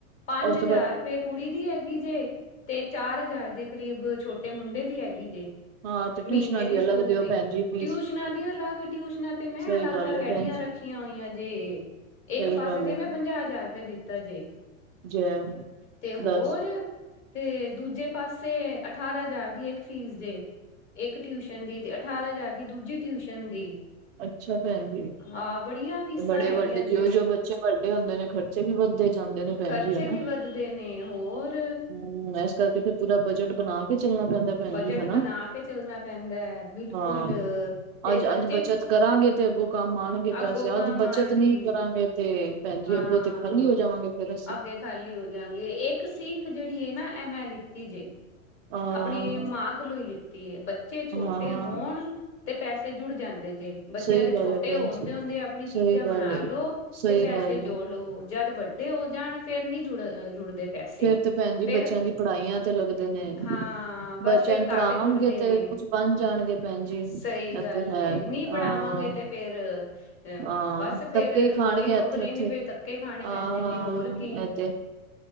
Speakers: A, on the left; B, on the right.
A: ਪੰਜ
B: ਉਸ
A: ਹਜ਼ਾਰ
B: ਤੋਂ ਬਾਅਦ
A: ਤੇ ਕੁੜੀ ਦੀ ਹੈਗੀ ਜੇ, ਤੇ ਚਾਰ ਹਜ਼ਾਰ ਦੇ ਕਰੀਬ ਛੋਟੇ ਮੁੰਡੇ ਦੀ ਹੈਗੀ ਜੇ।
B: ਹਾਂ ਤੇ ਟਿਊਸ਼ਨਾਂ
A: ਮੀਨੇ ਦੀ
B: ਅਲੱਗ
A: ਸਕੂਲ
B: ਦਿਓ
A: ਦੀ,
B: ਭੈਣ ਜੀ ਫੀਸ
A: ਟਿਊਸ਼ਨਾਂ ਦੀ ਅਲੱਗ ਟਿਊਸ਼ਨਾਂ ਤੇ ਮੈਂ
B: ਸਹੀ
A: ਅਲੱਗ-ਅਲੱਗ
B: ਗੱਲ ਹੈ
A: ਐਡੀਆਂ
B: ਭੈਣ ਜੀ
A: ਰੱਖ ਖੀਆਂ ਹੋਈਆਂ ਜੇ, ਏਕ
B: ਸਹੀ
A: ਪਾਸੇ-
B: ਗੱਲ
A: ਤੇ
B: ਹੈ
A: ਮੈਂ ਪੰਜਾਹ ਹਜ਼ਾਰ ਰਪੀਆ ਦਿੱਤਾ ਜੇ,
B: ਜ
A: ਤੇ ਹੋਰ
B: ਦੱਸ
A: ਤੇ ਦੂਜੇ ਪਾਸੇ ਅਠਾਰਾਂ ਹਜ਼ਾਰ ਦੀ ਏਕ ਫੀਸ ਜੇ ਏਕ ਟਿਊਸ਼ਨ ਦੀ ਤੇ ਅਠਾਰਾਂ ਹਜ਼ਾਰ ਦੀ ਦੂਜੀ ਟਿਊਸ਼ਨ ਦੀ
B: ਅੱਛਾ ਪੈਨ ਜੀ।
A: ਆ ਬੜੀਆਂ ਫੀਸਾਂ
B: ਬੜੇ
A: ਹੈਗੀਆਂ
B: ਵੱਡੇ
A: ਜੇ
B: ਜਿਉ-ਜਿਉ ਬੱਚੇ ਵੱਡੇ ਹੁੰਦੇ ਨੇ ਖਰਚੇ ਵੀ ਵੱਧਦੇ ਜਾਂਦੇ ਨੇ। ਭੈਣ
A: ਖ਼ਰਚੇ
B: ਜੀ ਹਨਾ।
A: ਵੀ ਵੱਧਦੇ ਨੇ ਹੋਰ
B: ਹੂੰ, ਐਸ ਕਰਕੇ ਤੇ ਪੂਰਾ ਬਜਟ ਬਣਾ ਕੇ ਕੇ ਚੱਲਣਾ ਪੈਂਦਾ ਪੈਣ
A: ਬਜਟ
B: ਜੀ ਹੈਨਾ,
A: ਬਣਾ ਕੇ ਚੱਲਣਾ ਪੈਂਦਾ ਹੈ ਬਿਲਕੁਲ
B: ਹਾਂ।
A: ਤੇ
B: ਅੱਜ-ਅੱਜ
A: ਬੱਚੇ
B: ਬੱਚਤ ਕਰਾਂਗੇ ਤੇ ਅੱਗੋਂ ਕੰਮ ਆਣਗੇ ਪੈਸੇ
A: ਅੱਗੋਂ ਕੰਮ
B: ਅੱਜ ਬੱਚਤ
A: ਆਉਣਗੇ
B: ਨੀ ਕਰਾਂਗੇ ਤੇ। ਪੈਨ ਜੀ
A: ਹਾਂ
B: ਅੱਗੋ ਤੇ ਖਾਲੀ ਹੋ ਜਾਵਾਂਗੇ ਫੇਰ ਅਸੀਂ
A: ਅੱਗੇ ਖਾਲੀ ਹੋ ਜਾਂਗੇ ਏਕ ਸਿੱਖ ਜੇੜੀ ਨਾ ਐ ਮੈਂ ਲਿੱਤੀ ਜੇ
B: ਹਾਂ
A: ਆਪਣੀ ਮਾਂ ਕੋਲੋ ਈ ਲਿੱਤੀ ਐ ਬੱਚੇ ਛੋਟੇ
B: ਹਾਂ।
A: ਹੋਣ ਤੇ ਪੈਸੇ ਜੁੜ ਜਾਂਦੇ ਜੇ ਬੱਚਿਆਂ
B: ਸਹੀ
A: ਦੇ
B: ਗੱਲ
A: ਛੋਟੇ
B: ਹੈ ਭੈਣ
A: ਹੋ ਹੁੰਦੇ-ਹੁੰਦੇ
B: ਜੀ
A: ਆਪਣੀ ਚੀਜ਼ਾਂ
B: ਸਹੀ ਗੱਲ
A: ਬਣਾ
B: ਏ।
A: ਲੋ
B: ਸਹੀ
A: ਤੇ ਪੈਸੇ
B: ਗੱਲ ਏ
A: ਜੋੜ ਲੋ ਜੱਦ ਵੱਡੇ ਹੋ ਜਾਣ ਫੇਰ ਨੀ ਜੁੜ ਜੁੜਦੇ ਪੈਸੇ
B: ਫੇਰ ਤੇ ਭੈਣ ਜੀ
A: ਫੇਰ
B: ਬੱਚੇਆਂ ਦੀ ਪੜਾਈਆਂ ਤੇ ਲੱਗਦੇ ਨੇ,
A: ਹਾਂ
B: ਬੱਚੇਆਂ
A: ਬਸ ਫੇਰ
B: ਨੂੰ ਪੜ੍ਹਾਵਾਂਗੇ
A: ਘੱਟ ਜੁੜਦੇ
B: ਤੇ
A: ਨੇ
B: ਕੁੱਛ ਬਣ ਜਾਣਗੇ ਭੈਣ ਜੀ ਏ
A: ਸਹੀ ਗੱਲ
B: ਤੇ ਹੈ,
A: ਏ ਨੀ
B: ਆ,
A: ਪੜ੍ਹਾਵਾਂਗੇ ਤੇ ਫੇਰ ਅ
B: ਆ,
A: ਬਸ ਫੇਰ
B: ਧੱਕੇ ਈ ਖਾਣਗੇ
A: ਕੋਈ ਨੌਕਰੀ
B: ਏਥੇ- ਓਥੇ
A: ਨੀ
B: ਆ,
A: ਫੇਰ ਧੱਕੇ ਖਾਣੇ ਪੈਂਦੇ
B: ਹਾਂ
A: ਨੇ ਹੋਰ ਕੀ
B: ਏ ਤੇ